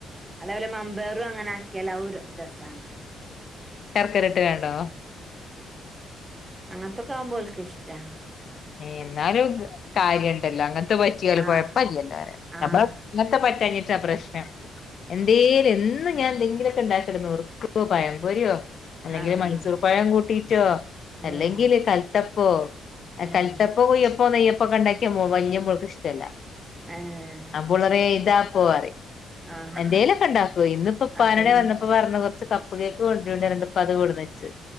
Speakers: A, on the right (about 20°); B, on the left (about 55°).
A: അലപോലെ മം മ്പയറും അങ്ങനെ ആക്കേല് അവും രസാണ്
B: ശർക്കര ഇട്ട്കാണ്ടോ
A: അങ്ങൻത്തൊക്കാവുമ്പോ ഓൽക്ക് ഇഷ്ട്ടാ
B: ഏഹ് എന്നാലും കാര്യണ്ടല്ലോ അങ്ങൻത്തെ പറ്റ്യാലും
A: ആഹ്
B: കൊഴപ്പല്ലല്ലോ പറിയ
A: ആഹ്
B: നമ്മൾ ഇങ്ങൻത്തെ പറ്റാഞ് ട്ടാ പ്രശ്നം എന്തേലും എന്ന് ഞാൻ ന്തെങ്കി ന്തെങ്കിലൊക്കെ ണ്ടാക്കല്ണ്ട് നുറുക്കോ പഴംപൊര്യോ അല്ലെങ്കില്
A: ആഹ്
B: മൈസൂർ പഴം കൂട്ടി ചോ അല്ലെങ്കില്
A: ഉം
B: കൽത്തപ്പോ
A: ഉം
B: കൽതപ്പൊ കുയ്യപ്പ് പ്പോ നെയ്യപ്പൊക്കെ ണ്ടാക്കിയ മോ വല്യ മോൾക്ക് ഇഷ്ട്ടല്ല
A: ഏഹ്
B: അപ്പോ ഓളറിയാ എഴ്താ പോവാറിയും
A: ആഹ്
B: എന്തേലൊക്കെ ഇണ്ടാക്കുവേയ് ഇന്ന് ഇപ്പ <unintelligible>
A: അതന്നെ
B: വന്നപ്പൊ പർഞ്ഞ് കൊറച്ച് കപ്പ് കേക്ക് കൊണ്ടരോണ്ടി പറഞ്ഞിട്ട് ഇപ്പോ അത് കൊട്ന്നെച്ച്